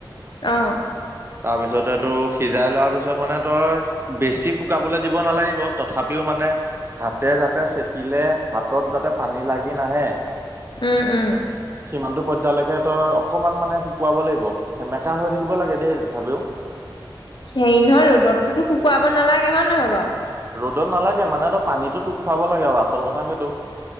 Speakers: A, on the left; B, on the right.
A: অ'।
B: তাৰপিছতেতো সিজাই লোৱাৰ পিছত মানে তই বেছি শুকাবলে দিব নালাগিব, তথাপিও মানে হাতে যাতে চেপিলে হাতত যাতে পানী লাগি নাহে।
A: উম উম।
B: সিমানতটো পৰ্যায়লৈকে তই অকমান মানে শুকুৱাব লাগিব সেমেকা হৈ থাকিব লাগে দেই। তথাপিও।
A: হেৰি নহয় ৰদটো শুকাব নালাগে হয় নহয় বাৰু।
B: ৰ'দত নালাগে মানে তো পানীতো তোক খুৱাব লাগে আৰু আচল কথা সেইটো।